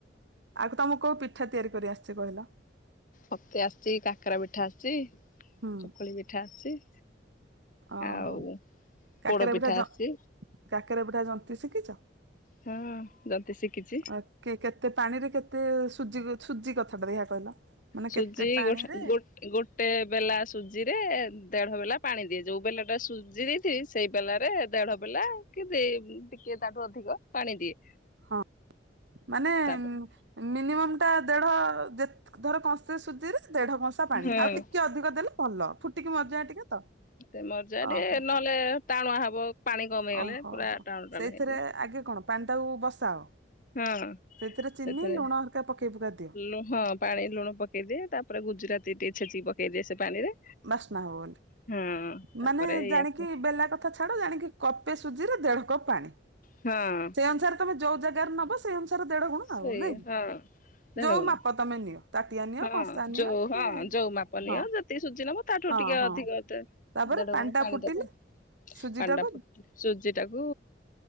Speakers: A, on the right; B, on the left.
A: ଆଗ ତମକୁ କୋଉ ପିଠା ତିଆରି କରି ଆସିଛି କହିଲ?
B: ମତେ ଆସିଛି କାକେରା ପିଠା ଆସିଛି
A: ହୁଁ
B: ଚକୁଳି ପିଠା ଆସିଛି।
A: ଓହୋ
B: ଆଉ
A: କାକେରା
B: ପୋଡ
A: ପିଠା ଜନ-କାକେରା
B: ଆସିଛି
A: ପିଠା ଜନ୍ତୀ ଶିଖିଛ?
B: ହଁ ଜନ୍ତି ଶିଖିଛି।
A: ଆ କି କେତେ ପାଣିରେ କେତେ ସୁଜି? ସୁଜି କଥାଟା ଦେଖିଆ କହିଲ? ମାନେ
B: ସୁଜି
A: କେତେ ପାଣିରେ
B: ଗୋଟେ-ଗୋଟେ ଗୋଟେ ବେଲା ସୁଜିରେ ଦେଢ ବେଲା ପାଣି ଦିଏ ଯୋଉ ବେଲା ଟା ସୁଜି ଦେଇଥିବି ସେଇ ବେଲାରେ ଦେଢ଼ ବଲା କି ଦେଇ ଟିକେ କି ତାଠୁ ଅଧିକ ପାଣି ଦିଏ।
A: ହଁ ମାନେ
B: ତାପରେ
A: ଏ-ମିନିମମ୍ ଟା ଦେଢ ଯେ ଧର କଂସେ ସୁଜିରେ ଦେଢ କଂସା ପାଣି
B: ହଁ
A: ଆଉ ଟିକେ ଅଧିକ ଦେଲେ ଭଲ ଫୁଟିକି ମରିଯାଏ ଟିକେ ତ।
B: ଏତେ ମର୍ଜା ନହେଲେ
A: ଓହୋ
B: ଟାଣୁଆ ହବ। ପାଣି କମ ହେଇଗଲେ
A: ଓହୋ
B: ପୁରା
A: ହୋ
B: ଟାଣ ଟାଣ
A: ସେଇଥିରେ
B: ହେଇଯାଏ।
A: ଆଗେ କଣ ପାଣିଟାକୁ ବସାଅ
B: ହଁ
A: ସେଇଥିରେ ଚିନି
B: ସେଥିରେ
A: ଲୁଣ ହରିକା ପକେଇ ପୁକା ଦିଅ
B: ଲୋ ହଁ ଲୁଣ ହଁ ପାଣି ଲୁଣ ପକେଇଦିଏ ତାପରେ ଗୁଜୁରାତି ଟିକେ ଛେଚିବ। ପକେଇଦିଏ ସେ ପାଣିରେ।
A: ବାସ୍ନା ହବ ବୋଲି
B: ହଁ ତାପରେ
A: ମାନେ ଜାଣିକି
B: ୟାକୁ
A: ବେଲା କଥା ଛାଡ ଜାଣିକି କପେ ସୁଜିରେ ଦେଢ କପ ପାଣି
B: ହଁ
A: ସେ ଅନୁସାରେ ତମେ ଯୋଉ ଜାଗାରେ ନବ ସେ ଅନୁସାରେ ତାର ଦେଢ ଗୁଣ
B: ସେଇ
A: ଆଉ ନାଇଁ କି?
B: ହଁ ଦେଢ
A: ଯୋଉ
B: ଗୁଣ
A: ମାପ ତମେ ନିଅ। ତାଟିଆ ନିଅ
B: ହଁ
A: କଂସା ନିଅ
B: ଯୋଉ ହଁ
A: କି
B: ଯୋଉ ମାପ ନିଅ
A: ହଁ
B: ଯେତିକି ସୁଜି ନବ ତାଠୁ
A: ହଁ
B: ଟିକେ
A: ହଁ
B: ଅଧିକ ଏତେ
A: ତାପରେ
B: ଦେଢ ଗୁଣ
A: ଟା
B: ପାଣି
A: ଫୁଟିଲେ
B: ଦବ ଆଉ।
A: ସୁଜି
B: କାଣ୍ଡା
A: ଟାକୁ
B: ଫଟ ସୁଜି ଟାକୁ